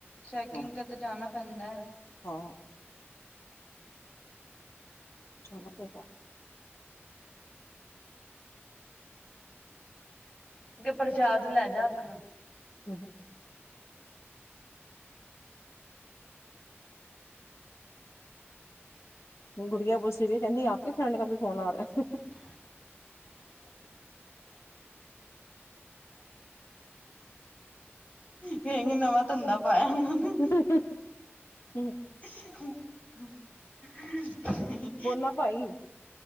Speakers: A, on the left; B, on the left.
A: ਚੈਕਿੰਗ
B: ਹਾਂ
A: ਤੇ ਜਾਣਾ ਪੈਂਦਾ ਹੈ।
B: ਹਾਂ। ਜਾਣਾ ਪੈਂਦਾ।
A: ਉਹਨੂੰ ਕਿਹਾ, ਪ੍ਰਸ਼ਾਦ ਲੈ ਜਾ ਆਪਣਾ।
B: ਹ <inaudible> ਗੁੜੀਆ ਪੁੱਛਦੀ ਪਣੀ। ਕਹਿੰਦੀ ਆਪਕੀ ਫਰੈਂਡ ਕਾ ਫੋਨਾ ਆ ਰਿਹਾ ਹੈ।
A: <unintelligible> ਕੇਗੀ ਨਵਾਂ, ਧੰਦਾ ਪਾਇਆ ਨੇ
B: ਹਮ <unintelligible>
A: <inaudible>
B: ਬੋਨਾ ਭਾਈ।